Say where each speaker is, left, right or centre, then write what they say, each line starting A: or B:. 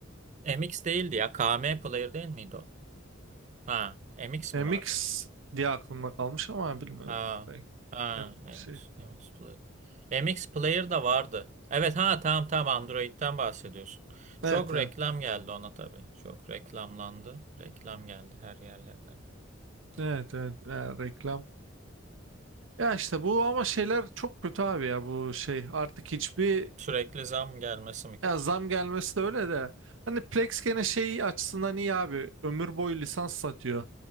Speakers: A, on the right; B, on the right.
A: MX değildi ya. KM Player değil miydi o? Ha, MX
B: MX
A: mi vardı?
B: diye aklımda kalmış ama bilmiyorum.
A: Ha,
B: Ben-
A: ha,
B: yani
A: MX,
B: şey.
A: MX Player. MX Player da vardı. Evet ha tamam tamam Android'den bahsediyorsun.
B: Evet
A: Çok
B: evet.
A: reklam geldi ona tabii. Çok reklamlandı. Reklam geldi her yerlerine.
B: Evet evet. Ya, reklam. Ya işte bu ama şeyler çok kötü abi ya bu şey. Artık hiçbir
A: Sürekli zam gelmesi mi kötü?
B: ya zam gelmesi de öyle de. Hani Plex gene şey açısından iyi abi. Ömür boyu lisans satıyor.